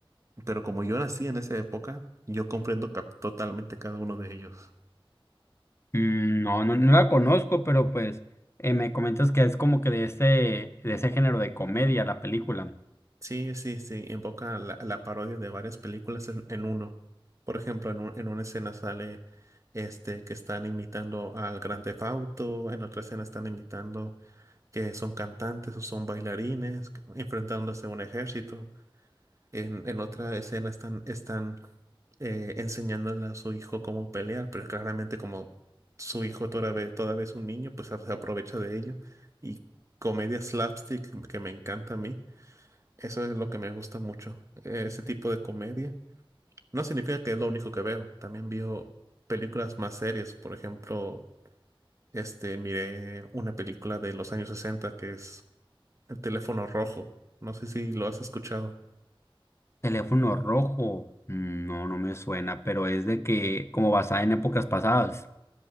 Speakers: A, on the right; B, on the left.
A: Pero como yo nací en esa época, yo comprendo cap- totalmente cada uno de ellos.
B: Mm, No, no, no la conozco, pero pues eh, me comentas que es como que de ese, de ese género de comedia la película.
A: Sí, sí, sí, invoca la, la parodia de varias películas en, en uno. Por ejemplo, en, un- en una escena sale este que están imitando al Gran Theft Auto, en otra escena están imitando que son cantantes o son bailarines, que- enfrentándose a un ejército. En, en otra escena están, están eh, enseñándole a su hijo cómo pelear, pero claramente como su hijo todavía, todavía es un niño, pues se aprovecha de ello. Y comedia slapstick que me encanta a mí, eso es lo que me gusta mucho, eh, ese tipo de comedia. No significa que es lo único que veo, también veo películas más serias, por ejemplo, este, miré una película de los años 60 que es El teléfono rojo, no sé si lo has escuchado.
B: Teléfono rojo, mm, no, no me suena, pero es de que como basada en épocas pasadas.